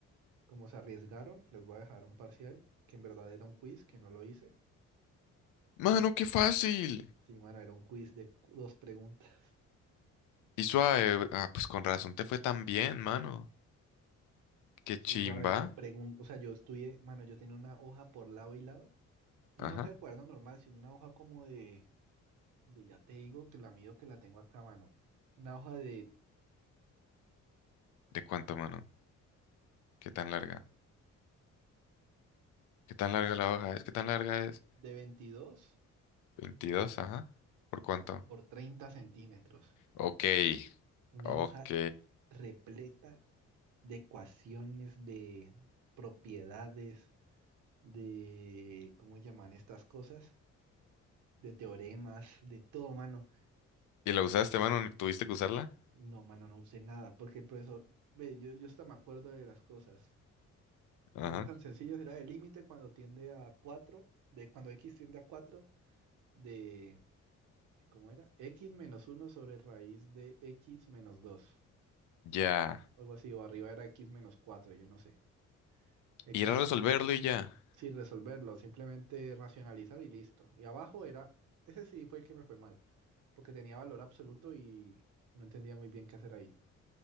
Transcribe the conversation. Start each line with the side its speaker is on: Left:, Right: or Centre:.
Right: como se arriesgaron, les voy a dejar un parcial que en verdad era un quiz, que no lo hice
Left: Mano,
Right: Pero
Left: qué fácil.
Right: sí, mano, era un quiz de cu- dos preguntas.
Left: Y suave. Ah, pues con razón te fue tan bien, mano. Qué
Right: Sí,
Left: chimba.
Right: suave, no pregunto. O sea, yo estudié, mano, yo tenía una hoja por lado y lado. No
Left: Ajá.
Right: una hoja de cuaderno normal, sino una hoja como de, de ya te digo que la mido que la tengo acá, mano. Una hoja de,
Left: ¿De cuánto, mano? ¿Qué tan larga? ¿Qué tan larga la hoja es? ¿Qué tan larga es?
Right: de veintidós
Left: veintidós ajá. ¿Por cuánto?
Right: por treinta centímetros.
Left: Ok,
Right: Una
Left: ok.
Right: hoja repleta de ecuaciones, de propiedades, de, ¿cómo llaman estas cosas? De teoremas, de todo, mano.
Left: ¿Y la usaste, mano? ¿Tuviste que usarla?
Right: No, mano, no usé nada, porque el profesor, ve, yo, yo hasta me acuerdo de las cosas.
Left: Ajá.
Right: Eran tan sencillos, era el límite cuando tiende a 4, de cuando x tiende a 4, de, de ¿cómo era? x menos uno sobre raíz de x menos 2,
Left: Ya.
Right: o algo así, o arriba era x menos 4, yo no sé. El
Left: Ir
Right: caso,
Left: a resolverlo
Right: mano.
Left: y ya.
Right: sí, resolverlo, simplemente racionalizar y listo. Y abajo era, ese sí fue el que me fue mal, porque tenía valor absoluto y no entendía muy bien qué hacer ahí.